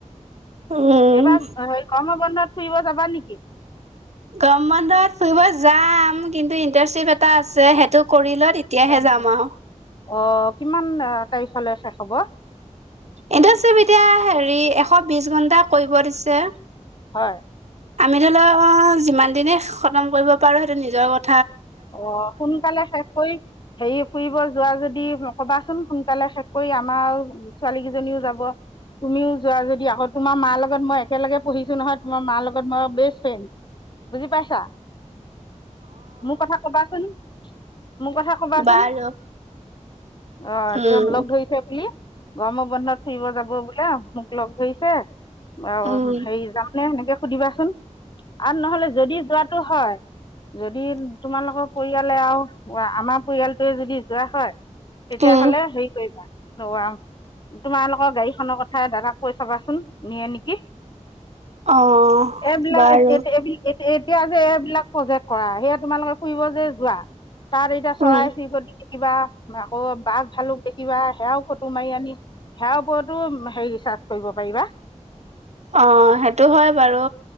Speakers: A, on the right (about 60°); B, on the left (about 35°).
A: উম
B: এইবাৰ হেৰী গৰমৰ বন্ধত ফুৰিব যাবা নেকি?
A: গৰম বন্ধত ফুৰিব যাম কিন্তু ইণ্টাৰ্শিপ এটা আছে সেইটো কৰি লৈ তেতিয়াহে
B: হয় নেকি
A: যাম আও।
B: অ কিমান তাৰিখলৈ শেষ হ'ব?
A: এতিয়া চব এতিয়া হেৰি এশ বিছ ঘন্টা কৰিব দিছে।
B: হয়।
A: আমি ধৰি ল যিমান দিনে খতম কৰিব পাৰো সেইটো নিজৰ কথ
B: অ' সোনকালে শেষ কৰি হেৰি ফুৰিব যোৱা যদি কবাচোন সোনকালে শেষ কৰি আমাৰ ছোৱালী কেইজনীও যাব, তুমিও যোৱা যদি আকৌ তোমাৰ মাৰ লগত মই একেলগে পঢ়িছো নহয় তোমাৰ মাৰ লগত মই বেষ্ট ফ্ৰেণ্ড, বুজি পাইছা? মোৰ কথা কবাচোন। মোৰ কথা কবাচোন।
A: বাৰু
B: অ'
A: উম
B: তেওঁ লগ ধৰিছে বুলি। গৰমৰ বন্ধত ফুৰিব যাব বোলে মোক লগ ধৰিছে
A: উম
B: অ' হেৰি যাম নে এনেকে সুধিবাচোন? আৰু নহ'লে যদি যোৱাটো হয় যদি তোমালোকৰ পৰিয়ালে আৰু আমাৰ পৰিয়ালটোৱে যদি যোৱা হয় তেতিয়াহ'লে
A: উম
B: হেৰি কৰিবা <unintelligible> তোমালোকৰ গাড়ীখনৰ কথা দাদাক কৈ চাবাচোন, নিয়ে নেকি?
A: অ
B: এইবিলাক
A: বাৰু
B: <unintelligible> এতিয়া যে এইবিলাক প্ৰজেক্ট কৰা সেয়ে তোমালোকে ফুৰিব যে যোৱা তাত এতিয়া চৰাই
A: উম
B: চিৰিকটি কিবা আকৌ বাঘ ভালুক দেখিবা সেয়াও ফটো মাৰি আনি সেয়াৰ ওপৰতো হেৰি ৰিছাৰ্চ কৰিব পাৰিবা।
A: অ সেইটো হয় বাৰু।